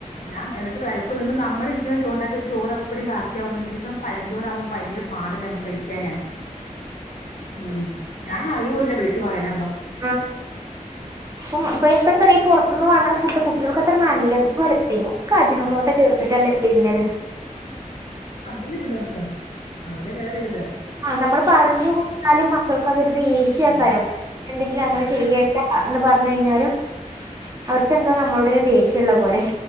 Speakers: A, on the left (about 65°); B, on the right (about 25°).
A: ഞാ എന്നിട്ട് വിലക്ക നമ്മള ഇരിക്കുന്ന ചണ്ടാക്കി ഒരു ചോറ് എപ്പടും ബാക്കിയാവുന്ന പിന്നെ ദസം പഴചോറാവുമ്പോ ഭയങ്കര പാല്ല നമു കഴിക്കും ിക്കാന ഉ ഞൻ അറവൂല്ല വിളിച്ചു പറയണു
B: ആ അപ്പം ഇ ഇപ്പ എന്താ പറയാഈ പുൊറത്തുന്ന് വാങ്ങണ ഫുഡ് കുട്ടികൾക്ക് അത്ര നല്ലതുംല്ല അ ഒക്കെ അജിനമ്മോട്ട
A: ആ
B: ചേർത്തിട്ടല്ലേ
A: പക്ഷെ
B: വരത്
A: അതില് പിലർക്ക അതില് വേറെൊരിതാ
B: ആഹ നമ്മള് പറഞ്ഞു കൊടുത്താലും മക്കൾക്ക് അതൊരു ദേഷ്യക്കാരം
A: ഉം
B: എന്തെങ്കിലും അങ്ങനെ
A: ഞാൻ
B: ചെയ്യേണ്ട പറഞ്ഞ കഴിഞ്ഞാലും അവർക്ക്െന്തോ നമ്മളുടെ ഒരു ദേഷ്യംമുള്ള പോലെ